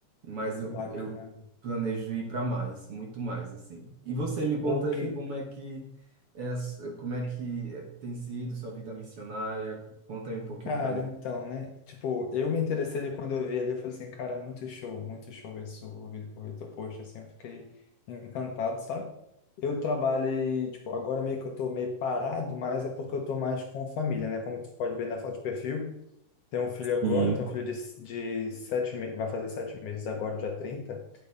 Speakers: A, on the right (about 55°); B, on the left (about 65°).
A: Mas eu,
B: Bacana.
A: eu planejo ir para mais, muito mais, assim. E você me conta
B: Pô,
A: aí
B: que...
A: como é que, é, a su- como é que é, tem sido sua vida missionária? Conta aí um pouquinho
B: Cara,
A: para mim.
B: então, né? Tipo, eu me interessei ali quando eu vi ali, eu falei assim, cara, muito show, muito show isso, o vi- o Vitor Post, assim, eu fiquei encantado, sabe? Eu trabalhei, tipo, agora meio que eu tô meio parado, mas é porque eu tô mais com família, né? Como tu pode ver na foto de perfil, tenho um filho agora,
A: Sim.
B: tenho um filho de, de sete meses, vai fazer sete meses agora, dia 30.